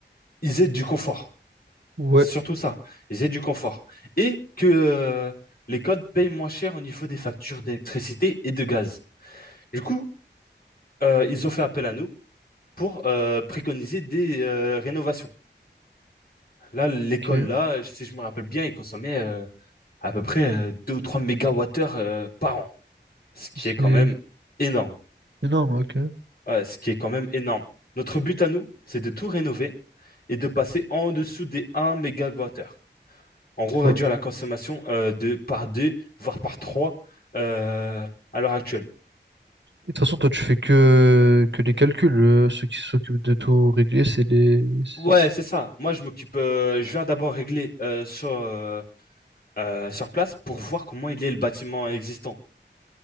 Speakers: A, on the left; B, on the right.
A: ils aient du confort.
B: Ouais.
A: C'est Surtout ça, ils aient du confort. Et que euh, l'école paye moins cher au niveau des factures d'électricité et de gaz. Du coup, euh, ils ont fait appel à nous pour euh, préconiser des euh, rénovations. Là, l'école,
B: Ok.
A: là, si je me rappelle bien, elle consommait euh, à peu près euh, 2 ou 3 mégawattheures euh, par an, ce qui
B: C'est
A: est quand même énorme.
B: énorme, ok.
A: euh, ce qui est quand même énorme. Notre but à nous, c'est de tout rénover et de passer en dessous des 1 mégawattheure. En gros, réduire
B: Enfin,
A: la consommation euh, de par 2, voire par 3 euh, à l'heure actuelle.
B: et de toute façon, toi, tu fais que, que les calculs. euh, Ceux qui s'occupent de tout régler, c'est les. c'est-
A: Ouais, c'est ça. Moi, je m'occupe. euh, je viens d'abord régler euh, sur, euh, euh, sur place pour voir comment il est le bâtiment existant.